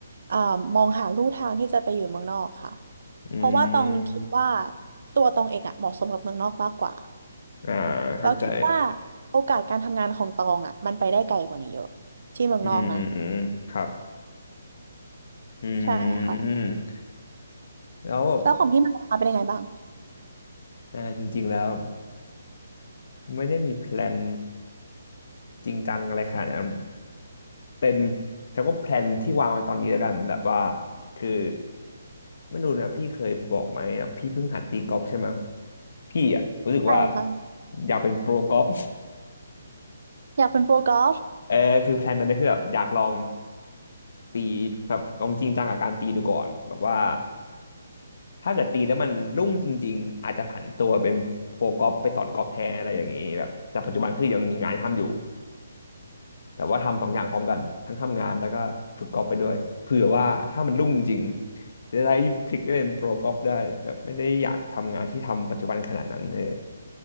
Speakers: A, on the right; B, on the left.
A: อ่ามองหาลู่ทางที่จะไปอยู่เมืองนอกค่ะ
B: อื
A: เพราะว่าตองคิดว่า
B: ม
A: ตัวตองเองอ่ะเหมาะสมกับเมืองนอกมากกว่า
B: อ่าเข้าใจ
A: เราคิดว่าโอกาสการทำงานของตองอ่ะมันไปได้ไกลกว่านี้เยอะที่เมืองนอกนะ
B: อืมครับอืม
A: ใช่ค่ะ
B: แล้วแบบ
A: แล้วของพี่มันนะคะเป็นยังไงบ้าง
B: อ่าจริงๆแล้วไม่ได้มีแพลนจริงจังอะไรขนาดนั้น เป็นฉันก็แพลนที่วางไว้ตอนนี้แล้วกันแบบว่าคือไม่รู้นะพี่เคยบอกไหมอะพี่เพิ่งหัดตีกอล์ฟใช่ไหมพี่อ่ะรู้สึกว่า
A: ใช่ค่ะ
B: อยากเป็นโปรกอล์ฟ
A: อยากเป็นโปรกอล์ฟ
B: เออคือแพลนนั้นก็คือแบบอยากลองตีแบบลองจริงจังกับการตีดูก่อนแบบว่าถ้าเกิดตีแล้วมันรุ่งจริงๆอาจจะผันตัวเป็นโปรกอล์ฟไปสอนกอล์ฟแทนอะไรอย่างนี้แบบแต่ปัจจุบันคือยังมีงานททำอยู่ แต่ว่าทำสองอย่างพร้อมกันทั้งทำงานแล้วก็ฝึกกอล์ฟไปด้วยเผื่อว่าถ้ามันรุ่งจริงจะได้พลิกไปเป็นโปรกอล์ฟได้ครับไม่ได้อยากทำงานที่ทำปัจจุบันขนาดนั้นเออ